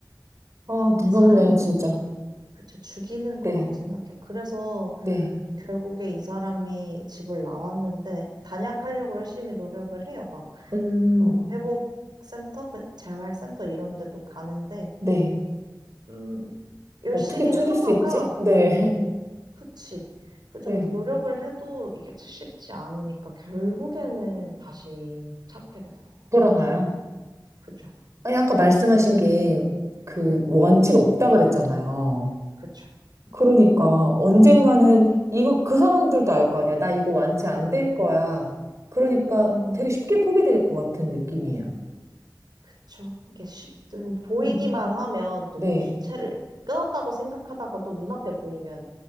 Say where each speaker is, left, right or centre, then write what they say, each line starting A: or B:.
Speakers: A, on the right; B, on the right.
A: 아, 무섭네요,
B: 사람을
A: 진짜.
B: 그쵸, 죽이는 거라고
A: 네.
B: 생각해요. 그래서
A: 네.
B: 결국에 이 사람이 집을 나왔는데 단약하려고 열심히 노력을 해요. 막
A: 음,
B: 그런 회복센터, 그 재활센터 이런 데도 가는데
A: 네.
B: 음, 열심히
A: 어떻게 줄일
B: 하다가
A: 수 있지? 네.
B: 그치.
A: <laughs>
B: 그죠.
A: 네.
B: 근데 노력을 해도 이게 쉽지 않으니까 결국에는 다시 찾게 되더라고.
A: 돌아가요.
B: 그죠.
A: 아니, 아까 말씀하신 게, 그,
B: 네.
A: 뭐 원칙 없다 그랬잖아요.
B: 그쵸.
A: 그러니까 언젠가는 이거 그 사람들도 알 거 아니야. 나 이거 완치 안 될 거야. 그러니까
B: 음,
A: 되게 쉽게 포기될 것 같은 느낌이에요.
B: 그쵸. 이게 쉽, 보이기만
A: 음.
B: 하면 또
A: 네.
B: 주체를 끊었다고 생각하다가 또 눈앞에 보이면